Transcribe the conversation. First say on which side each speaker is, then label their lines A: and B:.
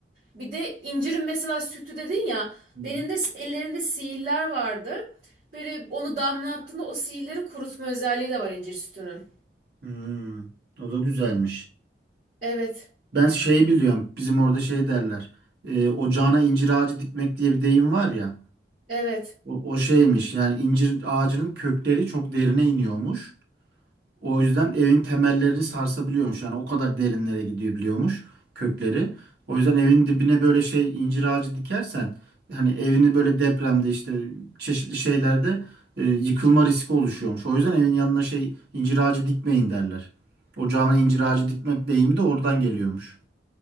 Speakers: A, on the right; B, on the right.
A: Bir de incirin mesela sütü dedin ya
B: hı.
A: benim de ellerinde sihirler vardı. Böyle onu damlattığında o sihirleri kurutma özelliği de var incir sütünün.
B: hı. O da güzelmiş.
A: Evet,
B: Ben şey biliyorum. Bizim orada şey derler. E, ocağına incir ağacı dikmek diye bir deyim var ya.
A: evet.
B: O, o şeymiş. Yani incir ağacının kökleri çok derine iniyormuş. O yüzden evin temellerini sarsabiliyormuş. Yani o kadar derinlere gidebiliyormuş kökleri. O yüzden evin dibine böyle şey incir ağacı dikersen hani evini böyle depremde işte çeşitli şeylerde e, yıkılma riski oluşuyormuş. O yüzden evin yanına şey incir ağacı dikmeyin derler. Ocağıma incir ağacı dikmek deyimi de oradan geliyormuş.